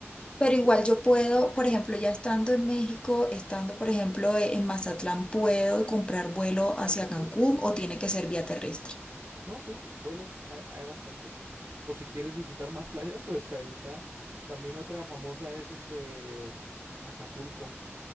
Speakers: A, on the right (about 60°); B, on the left (about 20°).
A: Esto-
B: Pero igual yo puedo, por ejemplo, ya estando en México, estando, por ejemplo, e- en Mazatlán, puedo comprar vuelo hacia Cancún o tiene que ser vía terrestre.
A: no, sí, vuelos, hay, hay bastantes. Por si quieres visitar más playas, pues ahí está. También otra famosa es este Acapulco.